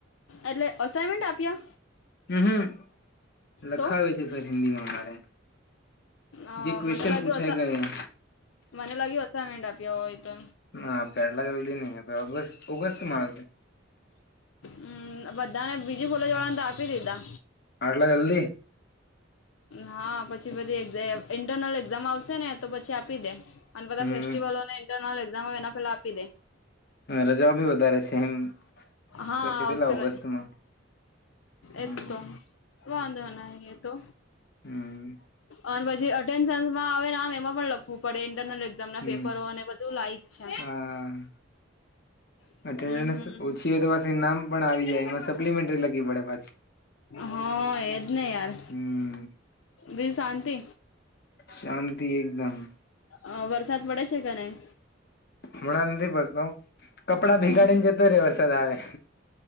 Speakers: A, on the left (about 75°); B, on the left (about 55°).
A: એટલે અસાઈનમેન્ટ આપ્યા
B: હ હમ્મ લખાવે
A: તો
B: છે સર હિન્દીમાં અમારે
A: અ
B: જેે ક્વેશ્ચન
A: મને લાગ્યું
B: પૂછાય
A: અસા
B: ગયા
A: મને લાગી અસાઇમેન્ટ આપ્યા હોય તો
B: ના પેલા જલ્દી નહીં આપે ઓગ ઓગસ્ટ મા
A: હમ્મ બધાને બીજી કોલેજ વાળાને તો આપી દીધા
B: આટલા જલ્દી
A: હા પછી બધી એક્ઝ ઇન્ટરનલ એક્ઝામ આવશે ને તો પછી આપી દે અને બધા
B: હમ
A: ફેસ્ટિવલોને ઇન્ટરનલ એક્ઝામ એના પેલા આપી દે.
B: રજાઓ ભી વધારે છે <unintelligible>
A: હા
B: સર કેટલા
A: આ વખતે
B: ઓગસ્ટમાં
A: નથી
B: હમ
A: એ તો વાંધો નઈ એ તો
B: હમ
A: અને પછી અટેન્ન્સમાં આવે આમ એમાં પણ લખવું પડે ઇન્ટરનલ એક્ઝ ઝામ ના
B: હમ
A: પેપરો અને બધું લાઈ જ છે.
B: હા
A: હમ
B: અટેન્ડન્સ
A: હમ
B: ઓછી હોય તો પાછી નામ પણ
A: મજા
B: આવી જાય
A: નહી
B: એમાં
A: કરવા.
B: સપ્લિમેન્ટરી લાગી પડે પાછી
A: હા એજ ને યાર
B: હમ
A: બીલ શાંતિ
B: શાંતિ એકદમ.
A: અ વરસાદ પડે છે કે નઈ
B: હમણા નથી પડતો કપડા ભીગાડીને
A: હમ
B: જતો રે વરસાદ આવે